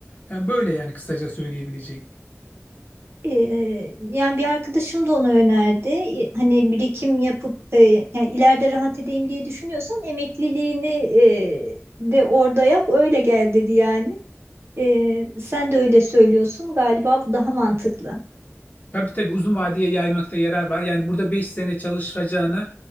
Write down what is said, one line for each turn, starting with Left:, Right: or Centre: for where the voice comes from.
Left: Yani böyle yani kısaca söyleyebileceğim.
Right: Ee, yani bir arkadaşım da onu önerdi. Ee, Hani birikim yapıp e, yani ileride rahat edeyim diye düşünüyorsan emekliliğini e, de orada yap öyle gel dedi yani. Ee, sen de öyle söylüyorsun. Galiba bu daha mantıklı.
Left: Tabii tabii uzun vadeye yaymakta yarar var. Yani burada 5 sene çalışacağına